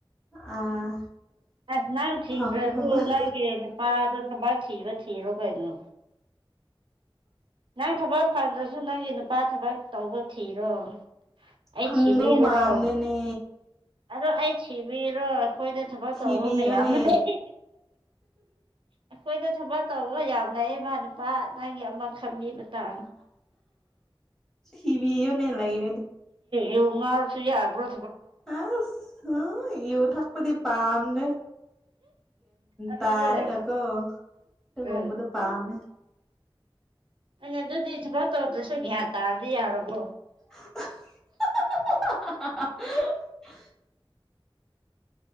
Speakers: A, in the centre; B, on the right (about 65°).
A: ꯑꯥ
B: ꯑꯁ ꯅꯪ ꯊꯤꯕꯁꯨ
A: ꯐꯪ ꯐꯪ ꯑꯁ
B: ꯅꯪꯒꯤ ꯅꯨꯄꯥꯗꯣ ꯊꯕꯥꯛ ꯊꯤꯕ ꯊꯤꯔꯣ ꯀꯩꯅꯣ ꯅꯪ ꯊꯕꯛ ꯐꯪꯗ꯭ꯔꯁꯨ ꯅꯪꯒꯤ ꯅꯨꯄꯥ ꯊꯕꯛ ꯇꯧꯕ ꯊꯤꯔꯣ ꯑꯩ
A: ꯐꯪꯗꯧ
B: ꯊꯕꯤꯔꯨꯔꯣ
A: ꯃꯥꯟꯗꯦꯅꯦ
B: ꯑꯗꯣ ꯑꯩ ꯊꯕꯤꯔꯣ ꯑꯩꯈꯣꯏꯗ ꯊꯕꯛ
A: ꯊꯕꯤꯤ
B: ꯇꯧꯕ ꯃꯌꯥꯝ
A: ꯑꯣꯅꯦ
B: ꯂꯩ ꯑꯩꯈꯣꯏꯗ ꯊꯕꯛ ꯇꯧꯕ ꯌꯥꯝ ꯂꯩ ꯏꯃꯥ ꯅꯨꯄꯥ ꯅꯪꯒꯤ ꯑꯃ ꯈꯝꯃꯤꯕ ꯇꯥꯡ
A: ꯊꯤꯚꯕꯤꯅꯦ ꯂꯩ
B: ꯏꯉꯥꯁꯨ ꯑꯕ꯭ꯔ
A: ꯑ ꯍ ꯏꯎ ꯊꯥꯛꯄꯗꯤ ꯄꯝꯅꯦ
B: ꯑꯗꯨꯗꯤ
A: ꯇꯥꯔ ꯉꯀꯣꯒꯕꯗ
B: ꯎꯝ
A: ꯄꯥꯝ
B: ꯑꯩꯅ ꯑꯗꯨꯗꯤ ꯊꯨꯃꯥꯏ ꯇꯧꯗ꯭ꯔꯁꯨ ꯒ꯭ꯌꯥꯟ ꯇꯥꯔꯗꯤ ꯌꯥꯔꯕꯣ
A: <unintelligible>